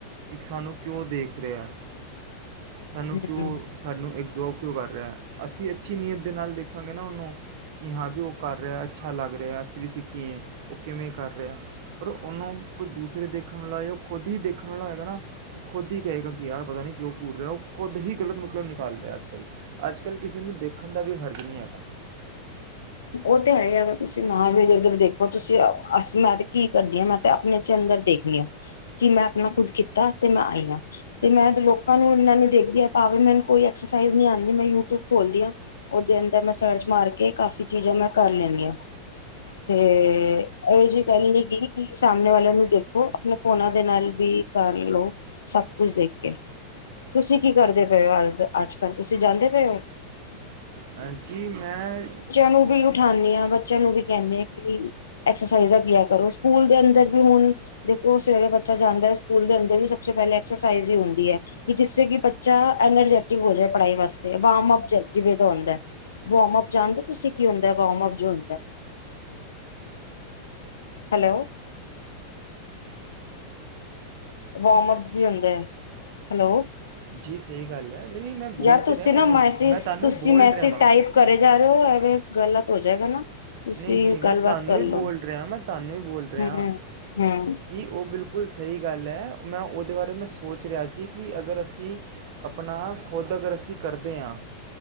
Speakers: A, on the right; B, on the left.
A: ਕਿ ਸਾਨੂੰ ਕਿਉਂ ਦੇਖ ਰਿਹਾ। ਸਾਨੂੰ
B: ਹਮ
A: ਕਿਉਂ ਸਾਨੂੰ ਐਗਜ਼ੋਬ ਕਿਉਂ ਕਰ ਰਿਹੇ ਅਸੀ ਅੱਛੀ ਨੀਅਤ ਦੇ ਨਾਲ ਦੇਖਾਂਗੇ ਨਾ ਓਨੂੰ ਕਿ ਹਾਂ ਵੀ ਓ ਕਰ ਰੇਆ, ਅੱਛਾ ਲੱਗ ਰੇਆ ਅਸੀਂ ਵੀ ਸਿੱਖੀਏਂ, ਓ ਕਿਵੇਂ ਕਰ ਰੇਆ ਪਰ ਓਨੂੰ ਕੋਈ ਦੂਸਰੇ ਦੇਖਣ ਨਾਲੋ਼ ਖੁਦ ਈ ਦੇਖਣ ਵਾਲਾ ਹੈਏਗਾ ਨਾ, ਓ ਖੁਦ ਈ ਕਹੇਗਾ ਕਿ ਯਾਰ ਪਤਾ ਨੀ ਕੇਓ ਘੂਰ ਰੇਆ ਓ ਖੁਦ ਹੀ ਗ਼ਲਤ ਮਤਲਬ ਨਿਕਾਲਦੈ ਅੱਜ-ਕੱਲ, ਅੱਜ-ਕੱਲ ਕਿਸੇ ਨੂੰ ਦੇਖਨ ਦਾ ਵੀ ਹਰਜ਼ ਨਈ ਹੈਗਾ।
B: ਓ ਤੇ ਹੈ ਏ, ਤੁਸੀਂ ਨਾ ਵੀ ਏਦਰ-ਓਦਰ ਦੇਖੋ ਤੁਸੀ ਆਓ ਅਸ ਮੈਂ ਕੀ ਕਰਦੀ ਆ ਮੈਂ ਤੇ ਆਪਨੇ ਚ ਅੰਦਰ ਦੇਖਨੀ ਆ। ਕਿ ਮੈਂ ਆਪਨਾ ਖੁਦ ਕੀਤਾ ਤੇ ਮੈਂ ਆਈ ਆਂ, ਤੇ ਮੈਂ ਲੋਕਾਂ ਨੂੰ ਇਨਾ ਨੀ ਦੇਖਦੀ ਭਾਵੇ ਮੈਨ ਕੋਈ ਐਕਸ ਸਾਈਜ਼ ਨੀ ਆਂਦੀ ਮੈਂ ਯੂਟਊਬ ਖੋਲਦੀ ਆ ਓਦੇ ਅੰਦਰ ਮੈਂ ਸਰਚ ਮਾਰ ਕੇ ਕਾਫੀ ਕੀ ਚੀਜ਼ਾਂ ਮੈਂ ਕਰ ਲੈਨੀ ਆ ਤੇ ਐਓ ਜੀ ਗੱਲ ਨੀ ਗੀ ਕਿ, ਸਾਮਨੇ ਵਾਲੇਆਂ ਨੂੰ ਦੇਖੋ ਆਪਨੇ ਓਨਾਂ ਦੇ ਨਾਲ ਵੀ ਕਰ ਲੋ ਸਬ ਕੁਜ ਦੇਖ ਕੇ। ਤੁਸੀਂ ਕੀ ਕਰਦੇ ਪਏ ਓ ਅ ਅੱਜ-ਅੱਜ-ਕੱਲ ਤੁਸੀਂ ਜਾਂਦੇ ਪਏ ਓ?
A: ਹਾਂਜੀ, ਮੈਂ
B: ਨੂੰ ਵੀ ਉਠਾਂਨੀ ਆ ਬੱਚੇਆਂ ਨੂੰ ਵੀ ਕੈਂਨੀ ਆ, ਕਿ ਐਕਸਸਾਈਜਾ ਕੀਆ ਕਰੋ ਸੂਕੂਲ ਦੇ ਅੰਦਰ ਵੀ ਹੁਨ ਦੇਖੋ ਸਵੇਰੇ ਬੱਚਾ ਜਾਂਦੈ ਸਕੂਲ ਦੇ ਅੰਦਰ ਵੀ ਸਬਸੇ ਸੇ ਪੈਲੇ ਐਕਸਸਾਈਜ਼ ਈ ਹੁੰਦੀ ਐ। ਜਿਸੇ ਕਿ ਬੱਚਾ ਐਨਰਜੈਟਿਕ ਹੋ ਜਾਏ ਪੜਾਈ ਵਾਸਤੇ, ਵਾਮਪ ਜਪ ਜਿਵੇਂ ਦਾ ਹੁੰਦੈ ਵੋਮਅਪ ਜਾਂਨਦੇ ਓ? ਤੁਸੀਂ ਕੀ ਹੁੰਦੈ ਵੋਮਅਪ ਜੋ ਹੁੰਦੈ? ਹੈਲੌ ਵੋਮਅਪ ਕੀ ਹੁੰਦੈ? ਹੈਲੋ
A: ਜੀ ਸਈ ਗੱਲ ਐ, ਨ ਨਈ ਮੈਂ ਬੋਲ
B: ਯਾਰ ਤੁਸੀਂ
A: ਤਾਂ ਰੇਆ ਤੁਆਂਨੂੰ
B: ਨਾ ਮੈਸੇਜ
A: ਮੈਂ ਤੁਆਂਨੂੰ
B: ਤੁਸੀਂ
A: ਬੋਲ
B: ਮੈਸੇਜ
A: ਰੇਆ ਵਾਂ।
B: ਟਾਈਪ ਕਰੇ ਜਾ ਐਵੇਂ ਗੱਲਤ ਹੋ ਜਾਏਗਾ ਨਾ। ਤੁਸੀਂ
A: ਨਈ ਜੀ, ਮੈਂ
B: ਗੱਲਬਾਤ
A: ਤਾਂਨੂੰ
B: ਕਰ
A: ਈ
B: ਲਓ
A: ਬੋਲ ਰੇਆ ਮੈਂ ਤਾਂਨੂੰ ਈ ਬੋਲ ਰੇਆ।
B: ਹੂੰ ਹੂੰ
A: ਕਿ ਓ ਬਿਲਕੁਲ ਸਈ ਗੱਲ ਐ, ਮੈਂ ਓਦੇ ਬਾਰੇ ਮੈਂ ਸੋਚ ਰੇਆ ਸੀ, ਕਿ ਅਗਰ ਅਸੀ ਅਪਨਾ ਖੁਦ ਅਗਰ ਅਸੀ ਕਰਦੇ ਆਂ